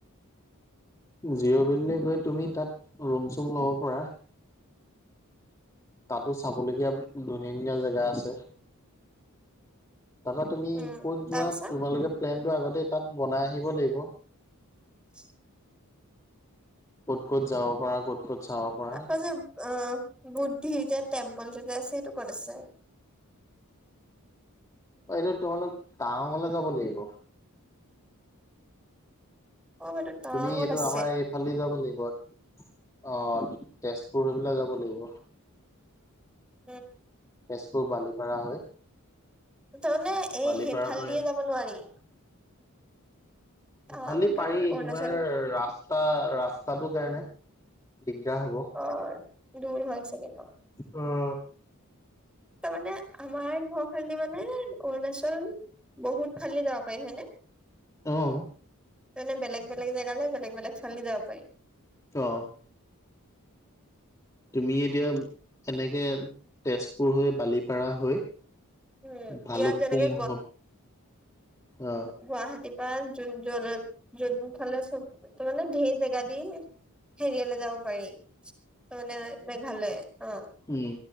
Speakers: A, on the left; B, in the centre.
A: জিৰ' ভেলিলৈ গৈ তুমি তাত ৰুম-চুম ল'ব পাৰা। তাতো চাবলগীয়া ধুনীয়া ধুনীয়া জেগা আছে। তাপা তুমি
B: উম
A: ক'ত যোৱা
B: তাৰপিছত
A: তোমালোকে প্লেনটো আগতে তাত বনাই আহিব লাগিব।
B: <unintelligible>
A: ক'ত ক'ত যাও বা ক'ত ক'ত চাব পাৰা
B: আকৌ যে আ বুদ্ধি যে টেম্পলটো যে আছে সেইটো ক'ত আছে?
A: অ সেইটো তোমালোক টাৱনলে যাব লাগিব।
B: অ সেইটো টাৱাঙত
A: তুমি এইটো
B: আছে
A: আমাৰ এইফালদি যাব লাগিব। অ তেজপুৰ হৈ পেলাই যাব লাগিব।
B: উ
A: তেজপুৰ বালিপাৰা হৈ
B: তাৰমানে এই
A: বালিপাৰা
B: সেইফালদিয়ে
A: পৰা
B: যাব নোৱাৰি। টাৱাঙতো
A: ইফালদি পাৰি
B: অৰুণাচলতো
A: তোমাৰ ৰাস্তা ৰাস্তাটোৰ কাৰণে দিগদাৰ হ'ব।
B: অ দূৰ হৈছাগে ন?
A: উম
B: তাৰমানে আমাৰ ঘৰ ফালেদি মানে অৰুণাচল বহুত ফালে যাব পাৰি হয়নে?
A: অঁ
B: মানে বেলেগ বেলেগ জেগালে বেলেগ বেলেগ ফালেদি যাব পাৰি।
A: অ তুমি এতিয়া সেনেকে তেজপুৰ হৈ, বালিপাৰা হৈ
B: উম
A: ভালুকপুং
B: ইয়াত যেনেকে
A: হ অ।
B: গুৱাহাটী পা যোন জলত যোনফালে চমু মানে ধেই জেগা দি হেৰিয়ালে যাব পাৰি। তাৰ মানে মেঘালয়, অ।
A: উম,